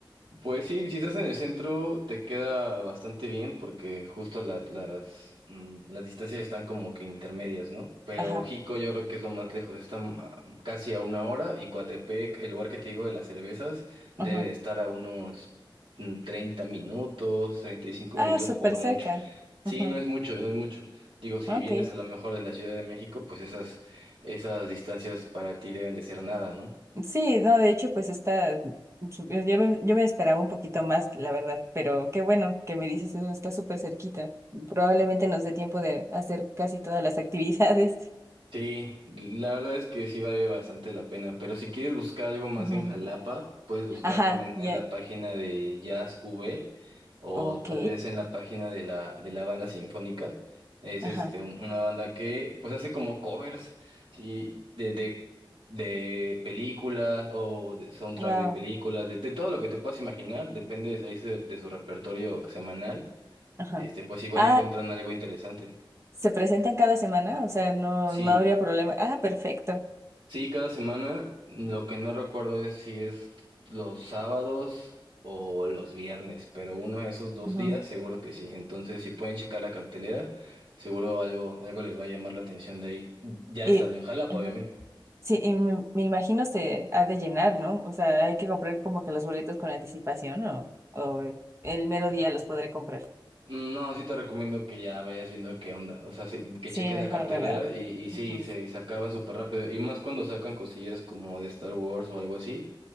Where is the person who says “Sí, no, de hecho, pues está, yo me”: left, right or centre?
Right